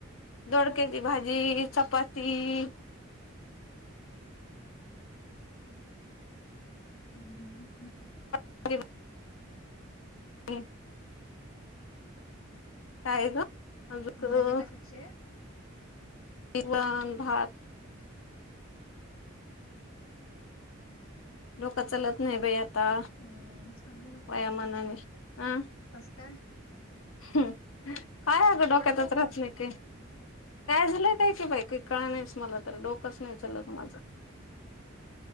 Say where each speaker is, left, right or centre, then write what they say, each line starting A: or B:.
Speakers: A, on the left; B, on the left.
A: दोडक्याची भाजी, चपाती-
B: हम् हम हम.
A: <unintelligible> <unintelligible> काय ग? अजून
B: भाजी कशाची ए?
A: <unintelligible> भात. लोकांचं लग्नं आहे बाई आता.
B: हम्मं. चांगलंय.
A: वयामांनाने. आं?
B: कसं कायं?
A: हं. कायं अगं
B: एवढ्या
A: डोक्यांतचं
B: लवकर
A: रहातं नाही काही. कायं झालंय कायं की? बाई कां कळनाहीचं मला तरं डोकंच नाहीं चालंत माझं.